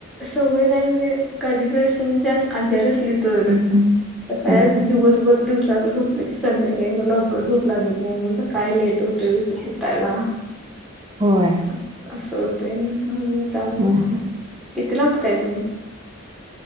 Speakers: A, in the centre; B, on the right.
A: सवय नाही म्हणजे, कधीतरी म्हजे जास्त आजारी असली. तरच
B: नाहीये
A: कसय
B: हम्म.
A: दिवसभर दिवसाच झो न की संध्याकाळी मग लवकर झोप लागत नाही मग सकाळी लेट होतय उटायला.
B: होय.
A: असं अस ते होत्यामुळ,
B: हम्म.
A: कितीला उठताय तुम्ही.